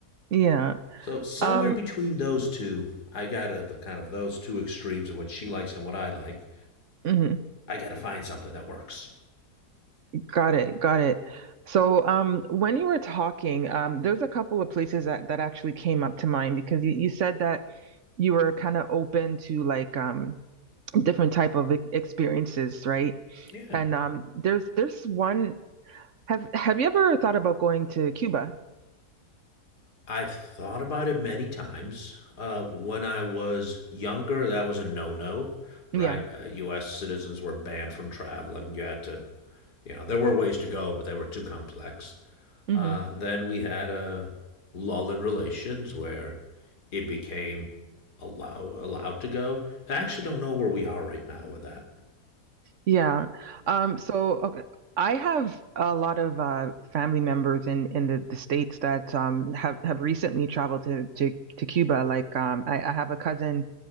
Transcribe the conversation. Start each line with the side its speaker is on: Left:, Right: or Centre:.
Right: yeah.
Left: So somewhere
Right: Um,
Left: between those two, I got a, the kind of those two extremes of what she likes and what I like.
Right: mhm.
Left: I got to find something that works.
Right: Got it, got it. So, um, when you were talking, um, there's a couple of places that that actually came up to mind because you, you said that you were kind of open to like um different type of e- experiences, right?
Left: Yeah.
Right: And um, there's there's one. Have have you ever thought about going to Cuba?
Left: I've thought about it many times. Uh, when I was younger, that was a no-no, right?
Right: Yeah.
Left: Uh, U.S. citizens were banned from traveling. You had to, you know, there were ways to go, but they were too complex.
Right: mm-hmm.
Left: Uh, then we had a lull in relations where it became allow, allowed to go. I actually don't know where we are right now with that.
Right: Yeah. Um, so okay, I have a lot of uh, family members in, in the, the States that um, have, have recently traveled to, to, to Cuba. Like um, I, I have a cousin